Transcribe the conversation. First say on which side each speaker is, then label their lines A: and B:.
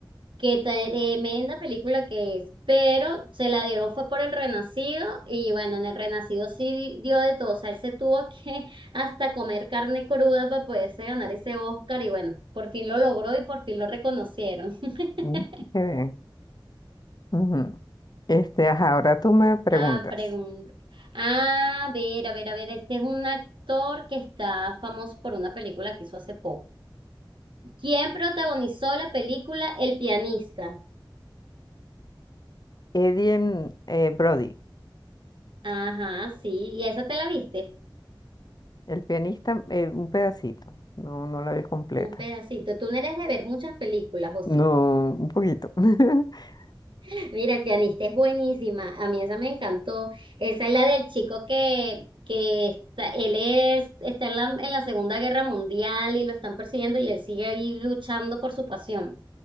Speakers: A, on the right (about 70°); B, on the left (about 55°).
A: Qué tremenda película que es, pero se la dieron fue por El Renacido y bueno, en El Renacido sí dio de todo, o sea, él se tuvo <laughs> que hasta comer carne cruda para poderse ganar ese Oscar y bueno, por fin lo logró y por fin lo reconocieron. <laughs>
B: Mm, Qué bien. Ujú. Este, ajá, ahora tú me preguntas.
A: Ah, pregunta. Ah, a ver, a ver, a ver, este es un actor que está famoso por una película que hizo hace poco. ¿Quién protagonizó la película El pianista?
B: Eddie em, eh, Brody,
A: Ajá, sí, ¿y esa te la viste?
B: el pianista, eh, un pedacito, no, no la vi completa.
A: Un pedacito. Tú no eres de ver muchas películas, ¿o sí?
B: No, un poquito. <laughs>
A: <laughs> Mira, el pianista es buenísima. A mí esa me encantó. Esa es la del chico que, que está, él es, está en la, en la Segunda Guerra Mundial y lo están persiguiendo y él sigue ahí luchando por su pasión.